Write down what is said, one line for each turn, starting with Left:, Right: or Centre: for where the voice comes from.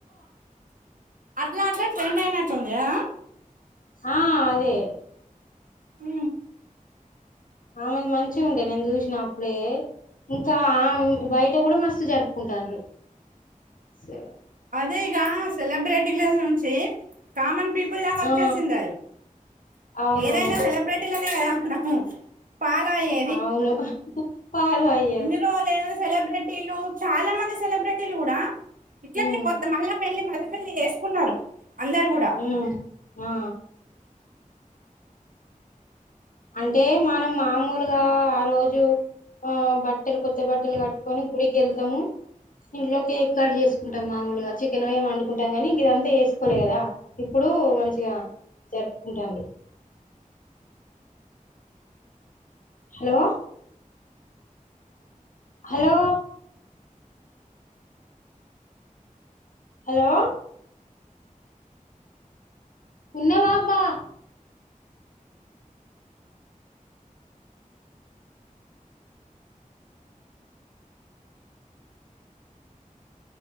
Right: అట్లా అట్లా ట్రెండ్ అయినట్టు ఉందికదా
Left: ఆ అదే
Right: ఆ
Left: ఆమె మంచిగుంటది నేను చూస్న అప్పుడే ఇంకా ఆ బయట కూడా మస్తు జరుపుకుంటాన్రు సే
Right: అదే ఇగా సెలబ్రిటీలా నుంచే కామన్ పీపుల్ కా వచ్చేసింది
Left: ఆ
Right: అది
Left: అవునవును
Right: ఏదైనా సెలబ్రిటీలనే కదా హు ఫాలో అయ్యే
Left: అవును ఫాలో అయ్యి
Right: ఇన్ని రోజు ఏదైనా సెలబ్రిటీలు చాలా మంది సెలబ్రిటీలు కూడా ఇట్లనే
Left: ఉమ్
Right: కొత్త మళ్లా పెళ్లి మళ్ల్ల పెళ్లి చేేసుకున్నారు అందరు కూడా
Left: ఉ ఆ అంటే మనం మామూలుగా ఆ రోజు ఆ బట్టలు కొత్త బట్టలు కట్టుకొని గుడికేళ్తాము ఇంట్లో కేక్ కట్ చేసుకుంటాం మాముూలుగా చికెన్ అయ్యి వండుకుంటాం కానీ గిదంతా వేసుకోలే కదా ఇప్పుడు మంచిగా జరుపుకుంటాడు హలో హలో హలో ఉన్నావా బా